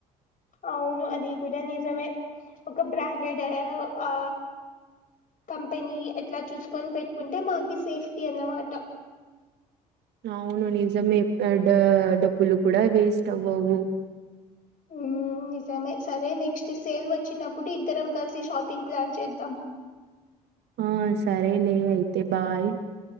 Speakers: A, on the left; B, on the right.
A: <unintelligible> అవును అది కూడా నిజమే ఒక బ్రాండెడ్ ఆ కంపెనీ ఎట్లా చూసుకొని పెట్టుకుంటే మాగి సేఫ్టీ అన్నమాట
B: అవును నిజమే డ డబ్బులు కూడా వేస్ట్ అవ్వవు
A: ఉ నిజమే సరే నెక్స్ట్ సేల్ వచ్చినప్పుడు ఇద్దరం కలిసి షాపింగ్ ప్లాన్ చేద్దాం <unintelligible>
B: ఆ సరేలే అయితే బాయ్